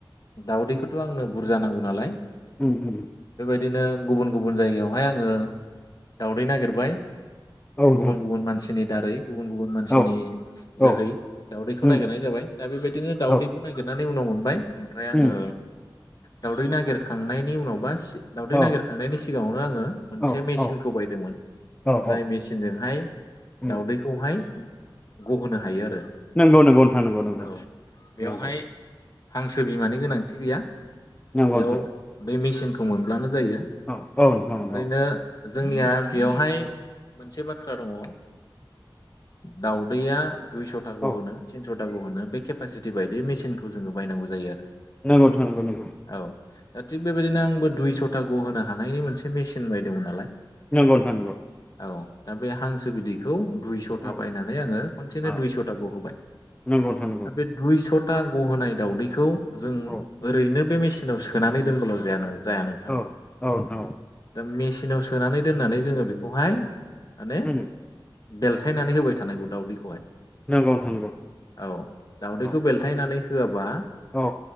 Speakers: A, on the left; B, on the left.
A: दाउदैखौथ' आंनो बुरजा नांगौ नालाय
B: उम उम उम।
A: बिदिनो गुबुन गुबुन जायगायावहाय आङो दावदै नागिरबाय
B: औ नोंथां
A: गुबुन गुबुन मानसिनि दारै गुबुन गुबुन मानसिनि
B: औ
A: जोहै
B: औ
A: दाउदैखौ
B: उम
A: नागिरनाय जाबाय दा बेबायदिनो दाउदैखौ
B: औ
A: नागिरनानै उनाव मोनबाय ओमफ्राय आङो।
B: उम
A: दावदै नागिरखांनायनि उनावबा दावदै
B: औ
A: नागिरखांनायनि सिगाङावनो आ ङो मोनसे
B: औ
A: मेचिनखौ
B: औ
A: बायदोंमोन
B: औ
A: जाय
B: औ
A: मेचिनजोंहाय
B: उम
A: दावदैखौहाय गहोनो हायो आरो।
B: नंगौ नंगौ नोंथां नंगौ नंगौ
A: औ बेवहाय
B: नंगौ।
A: हांसो बिमानि गोनांथि गैया।
B: नंगौ
A: बेयाव
B: नोंथां
A: बे मेचिन खौ मोनब्लानो जायो
B: औ औ नोंथां नंगौ।
A: ओरैनो जोंनिया बेयावहाय मोनसे बाथ्रा दङ ओ दाउदैया दुइस'था गहोनो
B: औ
A: ति नस'ता गहोनो बे केपासिटि बायदियै मेसिनखौ जोङो बायनांगौ जायो आरो।
B: नंगौ नोंथां नंगौ नंगौ।
A: औ दा थिग बेबायदिनो आंबो दुइस'था गहोनो हानायनि मोनसे मेसिन बायदोंमोन नालाय
B: नंगौ नोंथां नंगौ।
A: औ दा बे हांसो बिदैखौ दुइस'था
B: औ
A: बायनानै आङो खनसेनो
B: औ
A: दुइस'थाखौ होबाय
B: नंगौ नोंथां नंगौ
A: दा बे दुइस' था गहोय दावदैखौ जों
B: औ
A: ओरैनो। बे मेसिनाव सोनानै दोनब्लाल' जायानो। जाया नोंथां
B: औ औ नोंथां औ
A: दा मेसिनाव सोनानै दोननानै जोङो बेखौहाय माने
B: उम
A: बेलथायनानै होबाय थानायगौ दाउदैखौहाय
B: नंगौ नोंथां नंगौ
A: औ दावदैखौ
B: औ
A: बेलथायनानै होआबा
B: औ